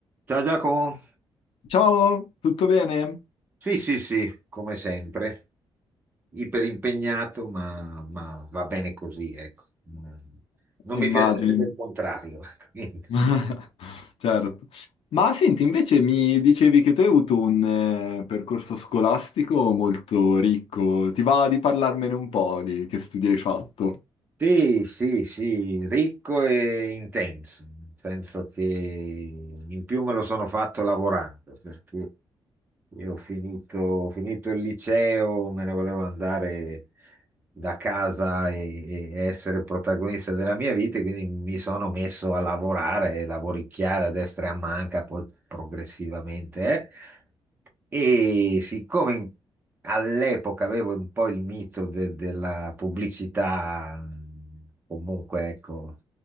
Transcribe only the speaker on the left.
Ciao, tutto bene?
Immagini.
<laughs> Certo. Ma senti, invece mi dicevi che tu hai avuto un eh, percorso scolastico molto ricco. Ti va di parlarmene un po' di che studi hai fatto?